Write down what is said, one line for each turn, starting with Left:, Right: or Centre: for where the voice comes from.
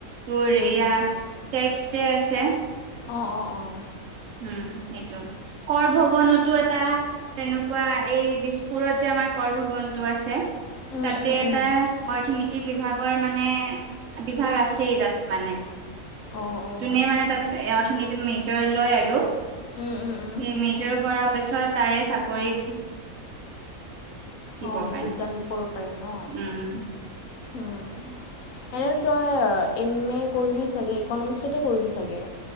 Right: তোৰ
Left: উম
Right: এইয়া
Left: উম উম
Right: টেক্স যে আছে।
Left: অঁ অঁ অঁ।
Right: উম সেইটো, কৰ ভৱনতো এটা তেনকুৱা এই দিছপুৰত যে আমাৰ কৰ ভৱনটো আছে
Left: উম
Right: তাতে
Left: উম উম
Right: এটা অৰ্থনীতি বিভাগৰ মানে বিভাগ আছেই তাত মানে।
Left: অঁ অঁ
Right: যোনে
Left: আচ্ছা
Right: মানে তাত এ অৰ্থনীতি মেজৰ লয় <unintelligible>
Left: উম উম উম
Right: সেই মেজৰ কৰাৰ পিছত তাৰে চাকৰিত দিব
Left: অ
Right: পাৰে
Left: যোগদান কৰিব পাৰে ন?
Right: উম,
Left: উম। এনে তই এম এ কৰিবি চাগে? ইকনমিক্সতে কৰিবি চাগে?